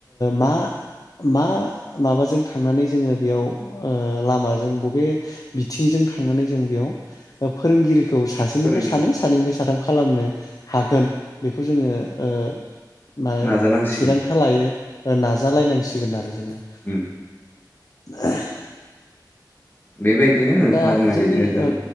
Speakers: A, on the left; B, on the left.
A: मा मा माबाजों थांनानै जोङो बेयाव लामाजों बबे बिथिंजों थांनानै जों बेयाव फोरोंगिरि खौ सासेनिफ्राय
B: फोरोंगिरि
A: सानै सानैनिफ्राय साथाम खालामनो हागोन बेखौ जोङो ओ माने
B: नाजानांसिगोन
A: थिरांथा लायो नाजालायनांसिगोन आरो जेनेबा
B: उम
A: द <inaudible>
B: बेबायदिनो नोंथाङा
A: दा
B: बुंनाय
A: जोंनि
B: बायदिनो जों
A: औ